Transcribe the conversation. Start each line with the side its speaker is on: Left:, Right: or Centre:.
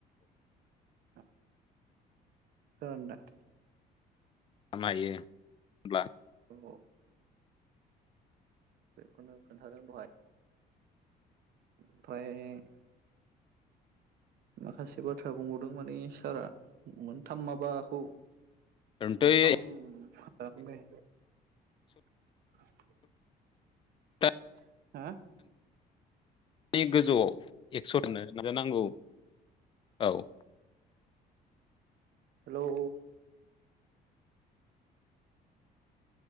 Right: <inaudible> <unintelligible>
Left: <unintelligible> अब्ला
Right: औ बेखौनो खोन्थादों दहाय ओमफ्राय माखासे बाथ्रा बुंबावदों माने सारा मोनथाम माबाखौ
Left: होनब्ला
Right: मोनथाम <unintelligible>
Left: एकस'थानि बे गोजौआव एक्सरनो नाजानांगौ औ
Right: हेलौ